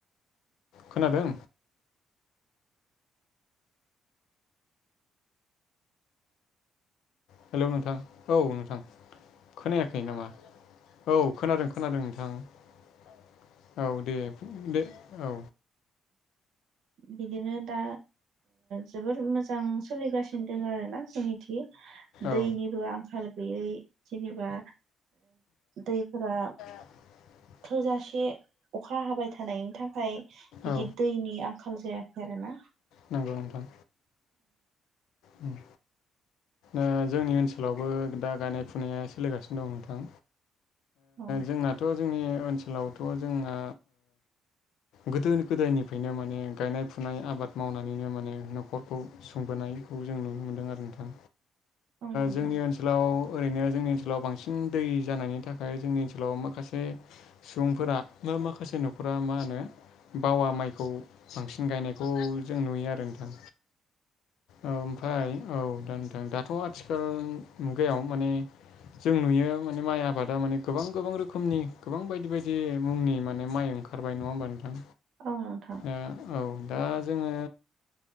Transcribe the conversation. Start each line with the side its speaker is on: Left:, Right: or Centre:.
Left: खोनादों। हेलौ नोंथां औ नोंथां खोनायाखै नामा? औ खोनादों खोनादों नोंथां। नोंथां औ दे दे औ।
Right: बिदिनो दा जोबोर ओ मोजां मोजां सोलिगासिनो दं आरो ना जोंनिथि
Left: औ
Right: दैनिबो आंखाल गैयै जेनेबा दैफोरा
Left: <inaudible>
Right: थोजासे अखा हाबाय थानायनि थाखाय बिदि
Left: औ
Right: दैनि आंखाल जायाखै आरोना।
Left: नंगौ नोंथां। उम। ओं जोंनि ओनसोलावबो दा गायनाय फुनाया सोलिगासिनो दं नोंथां।
Right: औ
Left: जोंनाथ' जोंनि ओनसोलावथ' जोंना गोदो गोदायनिफ्रायनो माने गायनाय फुनाय आबाद मावनानैनो माने न'खरखौ सुंबोनाय जों नुनो मोनदों आरो नोंथां
Right: औ नोंथां
Left: जोंनि ओनसोलाव। ओरैनो जोंनि ओनसोलाव बांसिन दै जानायनि थाखाय जोंनि ओनसोलाव माखासे सुबुंफोरा। माखासे न'खरा मा होनो बावा माइखौ बांसिन गायनायखौ जों नुयो आरो नोंथां। औ ओमफ्राय औ दा नोंथां दाथ' आथिखाल मुगायाव माने। जों नुयो माने माइ आबादा माने गोबां गोबां रोखोमनि गोबां बायदि बायदि मुंनि माने माइ ओंखारबाय नङा होमबा नोंथां
Right: नोंथां औ नोंथां
Left: दा औ। दा जोङो